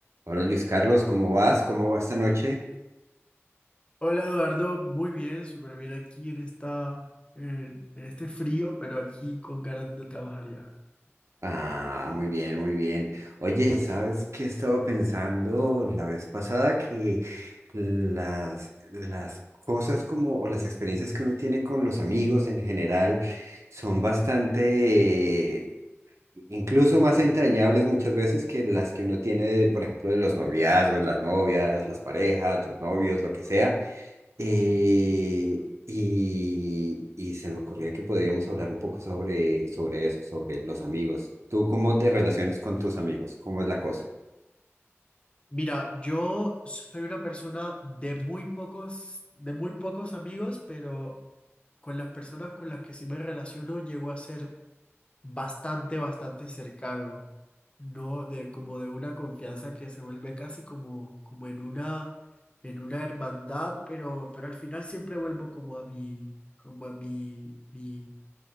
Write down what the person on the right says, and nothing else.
Hola Luis Carlos, ¿cómo vas? ¿Cómo va esta noche?
Ah, muy bien, muy bien. Oye, ¿sabes qué estaba pensando la vez pasada? Que las, las cosas como, o las experiencias que uno tiene con los amigos en general son bastante, eh, incluso más entrañables muchas veces que las que uno tiene, por ejemplo, de los noviazgos, las novias, las parejas, los novios, lo que sea. Eh, y, y se me ocurría que podríamos hablar un poco sobre, sobre eso, sobre los amigos. ¿Tú cómo te relacionas con tus amigos? ¿Cómo es la cosa?